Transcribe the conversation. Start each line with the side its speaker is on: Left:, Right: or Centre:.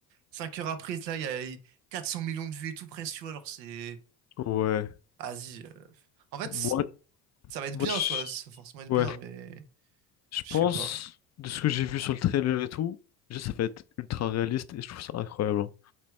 Right: cinq heures après, là, il y a 400 millions de vues et tout presque, tu vois, genre c'est...
Left: Ouais.
Right: Vas-y. euh. En fait,
Left: Moi,
Right: c- ça va être
Left: moi,
Right: bien,
Left: je...
Right: tu vois, ça va forcément être
Left: ouais.
Right: bien, mais
Left: Je
Right: je
Left: pense,
Right: sais pas.
Left: de ce que j'ai vu sur le trailer et tout, juste ça va être ultra réaliste et je trouve ça incroyable. hein.